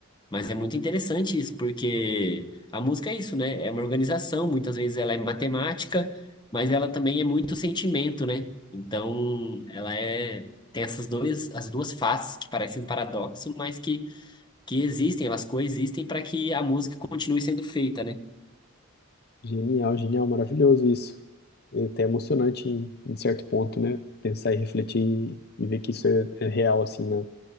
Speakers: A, on the left; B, on the left.
A: Mas é muito interessante isso, porque a música é isso, né? É uma organização, muitas vezes ela é matemática, mas ela também é muito sentimento, né? Então, ela é tem essas dois, as duas faces que parecem um paradoxo, mas que que existem, elas coexistem para que a música continue sendo feita, né?
B: Genial, genial, maravilhoso isso. É até emocionante em, em certo ponto, né, pensar e refletir e, e ver que isso é, é real, assim, na,